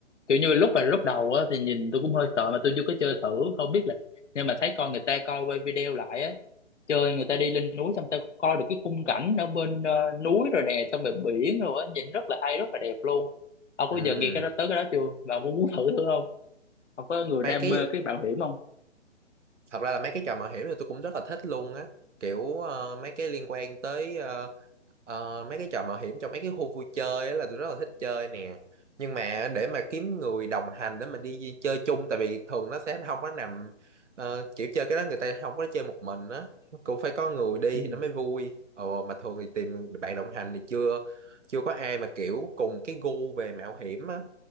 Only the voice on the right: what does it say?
ừ.
mấy
cái
thật ra là mấy cái trò mạo hiểm thì tôi cũng rất là thích luôn á kiểu ờ, mấy cái liên quan tới ờ, ờ, mấy cái trò mạo hiểm trong mấy cái khu vui chơi á là tôi rất là thích chơi nè nhưng mà để mà kiếm người đồng hành để mà đi di- chơi chung tại vì thường nó sẽ không có nằm ờ, kiểu chơi cái đó người ta không có chơi một mình á cũng phải có người đi
thì nó mới vui ồ mà thường thì tìm bạn đồng hành thì chưa chưa có ai mà kiểu cùng cái gu về mạo hiểm á